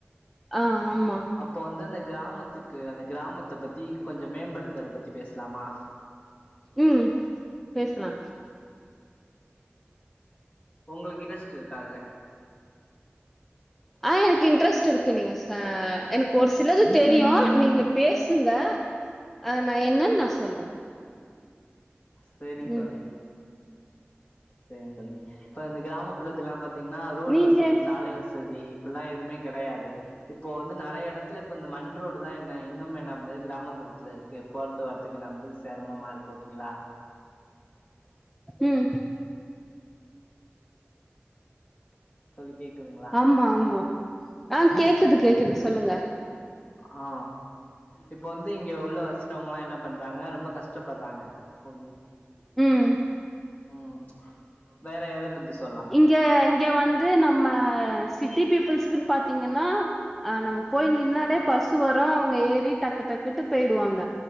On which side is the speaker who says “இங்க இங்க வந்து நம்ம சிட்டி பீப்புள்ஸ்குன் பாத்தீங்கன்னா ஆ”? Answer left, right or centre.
Centre